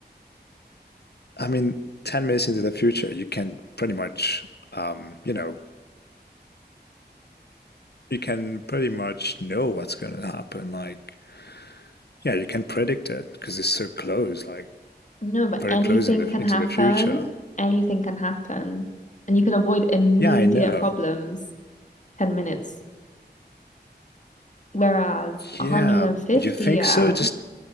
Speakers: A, on the left; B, on the left.
A: I mean 10 minutes into the future, you can pretty much um, you know, you can pretty much know what's going to happen like yeah, you can predict it because it's so close like
B: No, but
A: very
B: anything
A: close in the
B: can
A: into
B: happen.
A: the future.
B: Anything can happen. And you can avoid immediate
A: Yeah, I know.
B: problems 10 minutes. Whereas 150
A: Yeah, you think
B: years,
A: so? Just